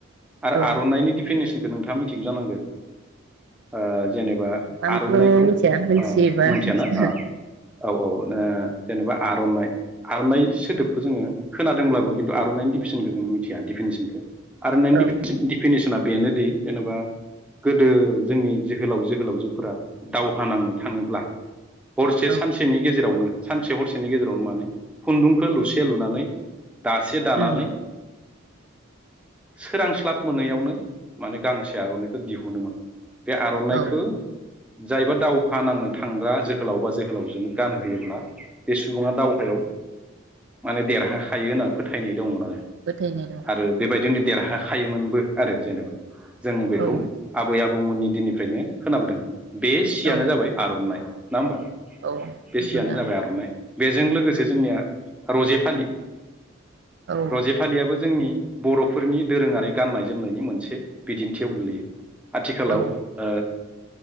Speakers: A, in the centre; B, on the right (about 55°).
A: आरो
B: औ
A: आरनाइनि डिफिनेसनखौ नोंथाङा मिथिगौ जानांगो ओ जेनेबा
B: आंथ
A: आर'नाइखौ
B: मिथिया मिथियोबा
A: अ मोनथियाना
B: खिथा
A: अ औ औ ओ जेनेबा आरनाइ आरनाइ सोदोबखौ जोङो खोनादोंब्लाबो खिन्थु आरनाइ डिफिसनखौ जों मिथिया डिफिनेसनखौ आरननायनि
B: औ ओ
A: देफिनेसन बेनोदि जेनेबा गोदो जोंनि जोहोलाव जोहोलावजोफोरा दावहा नांनो थाङोब्ला हरसे
B: औ
A: सानसेनि गेजेराव सानसे हरसेनि गेजेरावनो माने खुन्दुंखौ लुसे लुनानै दासे
B: उम
A: दानानै सोरांस्लाब मोनैयावनो माने गांसे आर'नाइखौ दिहुनोमोन। बे आर'नाइखौ
B: औ
A: जायबा दावहा नांनो थांग्रा जोहो जोहोलाव बा जोहोलावजोनो गानहोयोब्ला बे सुबुङा दावहायाव माने देरहाखायो होनना फोथायनाय दंमोन आरो।
B: फोथायनाय दं
A: आरो बेबायदिनो देरहा हायोमोनबो आरो जेनेबा। जोङो बेखौ
B: औ
A: आबै आबौमोननि दिनि फ्रायनो खोनाबोदों। बे सि यानो
B: औ
A: जाबाय आर'नाइ। ना ओमबा?
B: औ
A: बे
B: नंगौदां
A: सियानो जाबाय आर'नाइ। बेजों लोगोसे जोंनिया रजे फालि
B: औ
A: रजे फालियाबो जोंनि बर'फोरनि दोरोङारि गाननाय जोमनायनि मोनसे बिदिन्थियाव गोलैयो। आथिखालाव
B: औ
A: ओ